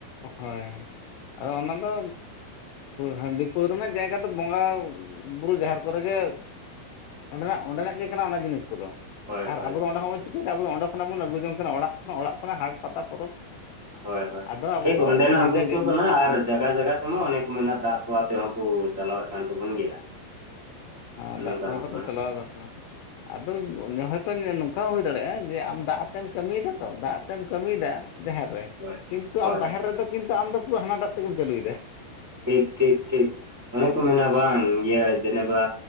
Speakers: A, on the left (about 90°); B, on the right (about 20°).
A: ᱦᱳᱭ ᱟᱫᱚ ᱚᱱᱟ ᱫᱚ ᱦᱟᱺᱰᱤ ᱯᱟᱹᱣᱨᱟᱹ ᱨᱮᱱᱟᱜ ᱡᱟᱭᱜᱟ ᱫᱚ ᱵᱚᱸᱜᱟ ᱵᱩᱨᱩ ᱡᱟᱦᱮᱨ ᱠᱚᱨᱮ ᱜᱮ ᱚᱸᱰᱮᱱᱟᱜ ᱚᱸᱰᱮᱱᱟᱜ ᱜᱮ ᱠᱟᱱᱟ ᱚᱱᱟ ᱡᱤᱱᱤᱥ ᱠᱚᱫᱚ᱾
B: ᱦᱳᱭ
A: ᱟᱨ
B: ᱦᱳᱭ
A: ᱟᱵᱚ ᱫᱚ ᱚᱰᱮ ᱠᱷᱚᱵᱚᱱ ᱪᱤᱠᱟᱹᱭᱫᱟ ᱟᱵᱚ ᱫᱚ ᱚᱸᱰᱮ ᱠᱷᱚᱱᱟᱜ ᱵᱚᱱ ᱟᱹᱜᱩ ᱡᱚᱝ ᱠᱟᱱᱟ ᱚᱲᱟᱜ ᱠᱷᱚᱱᱟᱜ ᱚᱲᱟᱜ ᱠᱷᱚᱱᱟᱜ ᱦᱟᱴ ᱯᱟᱛᱟ ᱯᱚᱨᱚᱵᱽ
B: ᱦᱳᱭ ᱦᱳᱭ
A: ᱟᱫᱚ ᱟᱵᱚ
B: ᱴᱷᱤᱠ
A: ᱫᱚ
B: ᱱᱚᱸᱰᱮᱱᱟᱜ
A: ᱧᱤᱫᱟᱹ
B: ᱵᱩᱥᱛᱩ
A: ᱜᱮ
B: ᱠᱟᱱᱟ ᱟᱨ ᱡᱟᱜᱟ ᱡᱟᱜᱟ ᱛᱮᱢᱟ ᱚᱱᱮᱠ ᱢᱮᱱᱟᱜ-ᱟ ᱫᱟᱜ ᱠᱚᱣᱟ ᱛᱮᱦᱚᱸ ᱳ ᱪᱟᱞᱟᱣ ᱮ ᱠᱟᱱ ᱛᱟᱵᱚᱱ ᱜᱮᱭᱟ᱾
A: ᱟᱨ
B: ᱚᱱᱮ
A: ᱫᱟᱜ
B: ᱚᱱᱠᱟ
A: ᱠᱚᱦᱚᱸ
B: ᱦᱚᱸ
A: ᱛᱚᱠᱚ
B: ᱠᱟᱱᱟ
A: ᱪᱟᱞᱟᱣ ᱫᱟ ᱛᱚ ᱦᱟᱜ ᱟᱫᱚ ᱦᱚᱭᱛᱚ ᱱᱚᱝᱠᱟ ᱦᱚᱸ ᱦᱩᱭ ᱫᱟᱲᱮᱭᱟᱜ-ᱟ ᱡᱮ ᱟᱢ ᱫᱟᱜ ᱟᱛᱮᱢ ᱠᱟᱹᱢᱤᱭᱮᱫᱟ ᱛᱚ ᱫᱟᱜ ᱟᱛᱮᱢ ᱠᱟᱹᱢᱤᱭᱮᱫᱟ ᱡᱟᱦᱮᱨ ᱨᱮ
B: ᱦᱳᱭ
A: ᱠᱤᱱᱛᱩ
B: ᱦᱳᱭ
A: ᱟᱢ ᱵᱟᱦᱮᱨ ᱨᱮᱫᱚ ᱠᱤᱱᱛᱩ ᱟᱢᱫᱚ ᱯᱩᱨᱟᱹ ᱦᱟᱱᱟᱴᱟᱜ ᱛᱮᱜᱮᱢ ᱪᱟᱹᱞᱩᱭ ᱫᱟ᱾
B: ᱴᱷᱤᱠ ᱴᱷᱤᱠ ᱴᱷᱤᱠ ᱚᱱᱮ ᱠᱚ ᱢᱮᱱᱟ ᱵᱟᱝ ᱤᱭᱟᱹ ᱡᱮᱱᱮᱵᱟ